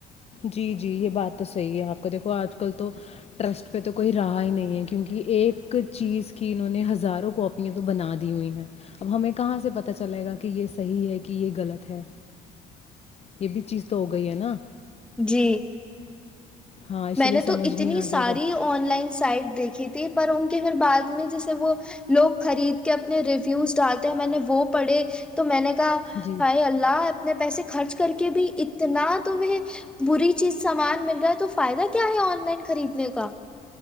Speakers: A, on the left; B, in the centre.
A: جی جی یہ بات تو صحیح ہے آپ کو دیکھو آج کل تو ٹرسٹ پہ تو کوئی رہا ہی نہیں ہے کیونکہ ایک چیز کی انہوں نے ہزاروں کاپیاں تو بنا دی ہوئی ہیں اب ہمیں کہاں سے پتا چلے گا کہ یہ صحیح ہے کہ یہ غلط ہے یہ بھی چیز تو ہو گئی ہے نا
B: جیپ
A: ہاں اسی
B: میں
A: لیے
B: نے
A: سمجھ
B: تو اتنی
A: نہیں آتا
B: ساری
A: ہے کب
B: آن لائن سائٹ دیکھی تھی پر ان کے پھر بع میں جیسے وہ لوگ خرید کے اپنے ریویوز ڈالتے ہیں میں نے وہ پڑھے تو میں نے
A: جی
B: ہائی اللہ اپنے پیسے خرچ کر کے بھی اتنا تمہیں بری چیز سامان مل رہا ہے تو فائدہ کیا ہے آن لائن خریدنے کا